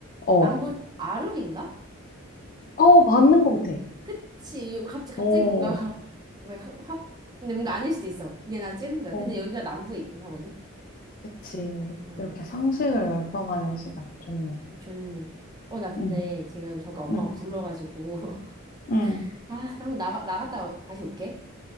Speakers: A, on the left; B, on the right.
A: 어,
B: 남부, 아르린가?
A: 어, 맞는 것 같아.
B: 그치, 갑자기,
A: 오,
B: 갑자기 뭔가, <laughs> 왜 확, 확, 근데 뭔가 아닐 수도 있어. 그냥 난 찍은 거야.
A: 어,
B: 근데 여기가 남부에 있긴 하거든?
A: 그치. 우리
B: 어,
A: 이렇게 상식을 넓혀가는 시간 좋네.
B: 좋네. 어, 나 근데
A: 응,
B: 지금 저까 엄마가
A: 응,
B: 불러가지고. <laughs>
A: 응.
B: 아, 나 한번 나, 나갔다 다시 올게.